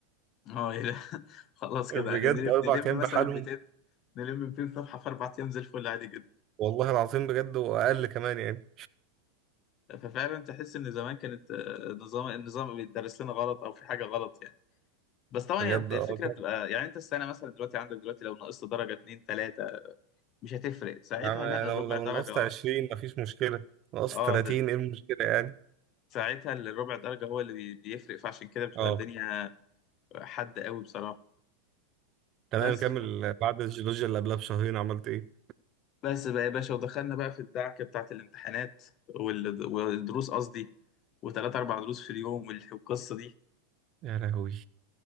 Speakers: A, on the left (about 45°); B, on the right (about 40°).
A: اه ايه ده <laughs> خلاص كده
B: بجد
A: يعني نلم
B: اربع
A: نلم
B: ايام
A: مثلا
B: بحالهم
A: 200 نلم 200 صفحة في أربع أيام زي الفل عادي جدا
B: والله العظيم بجد واقل كمان يعني
A: ففعلا تحس إن زمان كانت آه، نظام النظام بيدرس لنا غلط أو في حاجة غلط يعني بس طبعا
B: بجد
A: هي الفكرة
B: اه كده.
A: بتبقى يعني أنت السنة مثلا دلوقتي عندك دلوقتي لو نقصت درجة اتنين تلاتة مش هتفرق ساعتها
B: يعني
A: لا
B: لو
A: الربع
B: لو
A: درجة
B: نقصت 20 مفيش مشكلة نقصت
A: اه
B: 30
A: ده
B: ايه المشكلة يعني
A: ساعتها الربع درجة هو اللي بي- بيفرق فعشان كده بتبقى
B: اه
A: الدنيا حد قوي بصراحة
B: تمام
A: بس
B: كمل بعد الجيولوجيا اللي قبلها بشهرين عملت ايه
A: بس بقى يا باشا ودخلنا بقى في الدعكة بتاعة الامتحانات وال- والدروس قصدي وثلاث أربع دروس في اليوم وال- والقصة دي
B: يا لهوي